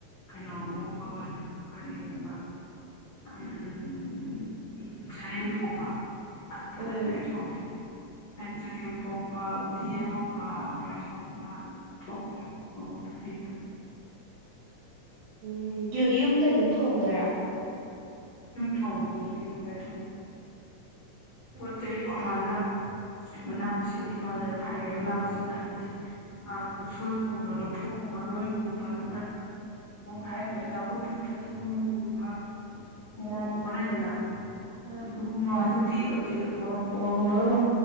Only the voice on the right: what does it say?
ꯎꯝ
ꯎꯝ ꯌꯨꯝꯗ ꯑꯗꯨꯝ ꯊꯣꯡꯗꯔ
ꯎꯝ
<inaudible>
ꯑ